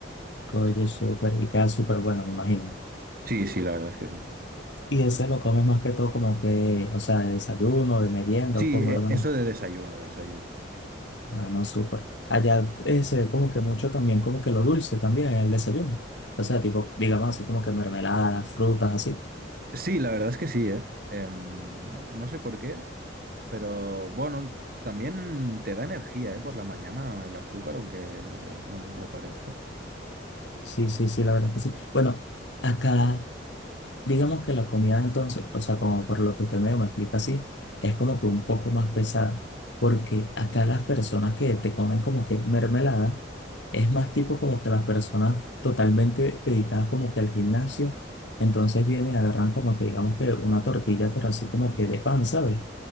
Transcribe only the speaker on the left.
oye, súper, y queda súper bueno, me imagino.
Y ese lo comes más que todo como que, o sea, de desayuno, de merienda,
o como,
hermano.
Ah, no, súper. Allá eh, se ve como que mucho también, como que lo dulce también en el desayuno. O sea, tipo, digamos así como que mermeladas, frutas, así.
Sí, sí, sí, la verdad que sí. Bueno, acá, digamos que la comida entonces, o sea, como por lo que usted medio me explica así, es como que un poco más pesada. Porque acá las personas que te comen como que mermelada, es más tipo como que las personas totalmente dedicadas como que al gimnasio. Entonces vienen y agarran como que digamos que una tortilla, pero así como que de pan, ¿sabes?